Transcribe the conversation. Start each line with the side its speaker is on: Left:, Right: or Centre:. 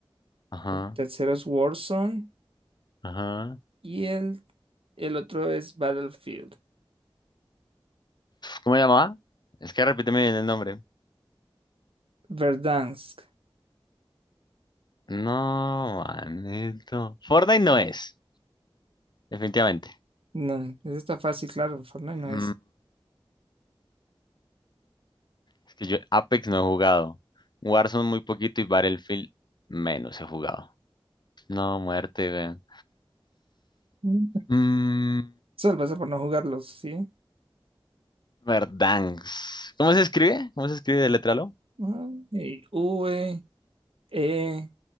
Left: Ajá,
Right: El tercero es Warzone.
Left: ajá.
Right: Y el, el otro es Battlefield.
Left: ¿Cómo se llamaba? Es que repíteme bien el nombre.
Right: Verdansk.
Left: No, manito. Fortnite no es, definitivamente.
Right: No, ese está fácil, claro. Fortnite no es.
Left: Mm, es que yo Apex no he jugado. Warzone muy poquito y Battlefield menos he jugado. No, muerte, güey.
Right: Mm.
Left: Mm,
Right: Eso lo pasa por no jugarlos, ¿sí?
Left: Verdansk. ¿Cómo se escribe? ¿Cómo se escribe? Letralo.
Right: Ah, y V, E,